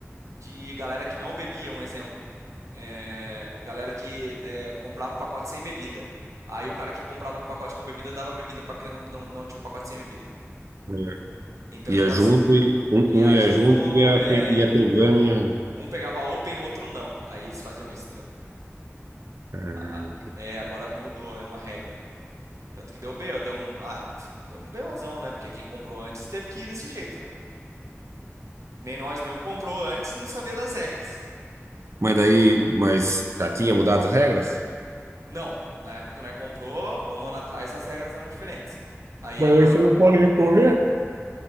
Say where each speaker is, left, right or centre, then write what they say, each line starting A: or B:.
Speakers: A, on the right; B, on the right.
A: de galera que não bebia, um exemplo. É, galera que é, comprava o pacote sem bebida. Aí o cara que comprava o pacote com bebida dava bebida pra quem não, não, não tinha o pacote sem bebida.
B: É.
A: Então,
B: Ia
A: tipo
B: junto,
A: assim,
B: e, um,
A: ia
B: um ia
A: junto,
B: junto e ia,
A: é,
B: pe- ia
A: e um,
B: pegando.
A: e um,
B: Ia...
A: um um pegava open e o outro não. Aí eles faziam isso, entendeu?
B: Ah,
A: a- a-
B: entendi.
A: É, agora mudou, é uma regra. Tanto que deu B BO, deu um, ah, tch, deu um BOzão, né? Porque quem comprou antes teve que ir desse jeito, né? Nem nós mesmo comprou antes, não sabia das regras.
B: mas daí, mas já tinha mudado as regras?
A: Não, na época que nós comprou, há um ano atrás, as regras eram diferentes. Aí
B: Mas
A: agora,
B: aí você
A: co-
B: não pode recorrer?